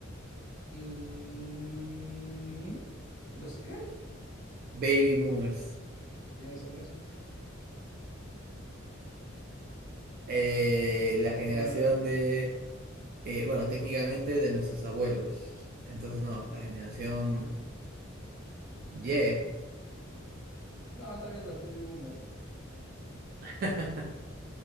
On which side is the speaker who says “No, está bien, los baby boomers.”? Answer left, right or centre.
Left